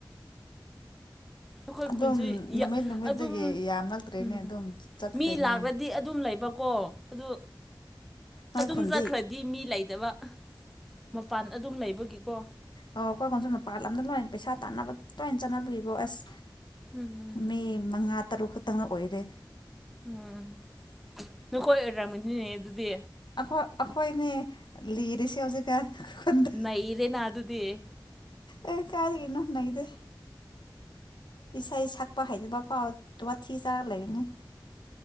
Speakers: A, in the centre; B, on the left.
A: ꯑꯩꯈꯣꯏ
B: ꯑꯗꯨꯝ
A: ꯈꯨꯟꯁꯨ
B: ꯅꯨꯃꯤꯠ ꯅꯨꯃꯤꯠꯇꯒꯤ
A: ꯑꯗꯨꯝ
B: ꯌꯥꯝꯂꯛꯇ꯭ꯔꯦꯅꯦ
A: ꯎꯝ
B: ꯑꯗꯨꯝ ꯆꯠꯈ꯭ꯔꯦꯅꯦ
A: ꯃꯤ ꯂꯥꯛꯔꯗꯤ ꯑꯗꯨꯝ ꯂꯩꯕꯀꯣ ꯑꯗꯨ
B: ꯅꯣꯏ
A: ꯑꯗꯨꯝ
B: ꯈꯨꯟꯗꯤ
A: ꯆꯠꯈ꯭ꯔꯗꯤ ꯃꯤ ꯂꯩꯇꯕ ꯃꯄꯥꯟ ꯑꯗꯨꯝ ꯂꯩꯕꯒꯤꯀꯣ
B: ꯑꯣ ꯍꯣꯢ ꯍꯣꯟꯁꯨ ꯃꯄꯥꯟ ꯂꯝꯗ ꯂꯣꯏ ꯄꯩꯁꯥ ꯇꯥꯟꯅꯕ ꯇꯣꯏ ꯆꯠꯂꯝꯗꯨꯔꯤꯕꯣ ꯑꯁ
A: ꯎꯝ
B: ꯃꯤ ꯃꯉꯥ ꯇꯔꯨꯛ ꯈꯛꯇꯪꯅ ꯑꯣꯏꯔꯦ
A: ꯎꯝ ꯅꯈꯣꯏ ꯑꯣꯏꯔꯝꯃꯤꯅꯤꯅꯦ ꯑꯗꯨꯗꯤ
B: ꯑꯈꯣꯏ ꯑꯈꯣꯏꯅꯦ ꯂꯤꯔꯤꯁꯦ ꯍꯧꯖꯤꯛꯀꯥꯟ ꯈꯣꯢ ꯈꯨꯟꯗ
A: ꯅꯩꯔꯦꯅ ꯑꯗꯨꯗꯤ
B: ꯑꯦ ꯀꯥꯢꯗꯒꯤꯅꯣ ꯍꯥꯢꯗꯦ ꯏꯁꯩ ꯁꯛꯄ ꯍꯩꯕꯐꯥꯎ ꯗꯨ ꯋꯥꯊꯤ ꯆꯥꯕ ꯂꯩꯕꯅꯦ